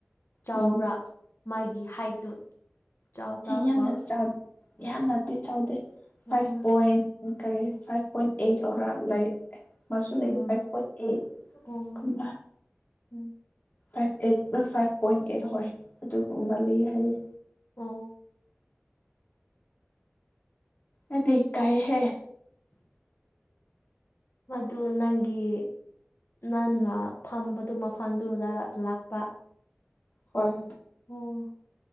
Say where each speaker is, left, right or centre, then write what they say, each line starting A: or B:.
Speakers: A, on the left; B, on the left.
A: ꯆꯥꯎꯕ꯭ꯔꯥ
B: ꯎꯝ
A: ꯃꯥꯒꯤ ꯍꯥꯏꯠꯇꯨ ꯆꯥꯎꯕ꯭ꯔꯥ ꯑꯣꯔ
B: ꯌꯥꯝꯅ ꯆꯥꯎ ꯌꯥꯝꯅꯗꯤ ꯆꯥꯎꯗꯦ
A: ꯎꯝ
B: ꯐꯥꯏꯚ ꯄꯣꯏꯟ ꯀꯔꯤ ꯐꯥꯏꯚ ꯄꯣꯏꯟ ꯑꯩꯠ ꯑꯣꯔꯥ ꯂꯩ ꯃꯥꯁꯨ ꯂꯩ
A: um
B: five point
A: um
B: eight
A: ꯑꯣ
B: ꯒꯨꯝꯕ
A: um
B: five eight five point eight ꯍꯣꯏ ꯑꯗꯨꯒꯨꯝꯕ ꯂꯩꯌꯦ ꯍꯥꯏꯌꯦ
A: ꯑꯣ
B: ꯑꯩꯗꯤ ꯢꯀꯥꯏ ꯍꯦ
A: ꯃꯗꯨ ꯅꯪꯒꯤ ꯅꯪ ꯐꯝꯕꯗꯨ ꯃꯐꯝꯗꯨꯗ ꯂꯥꯛꯄ
B: ꯍꯣꯏ
A: ꯑꯣ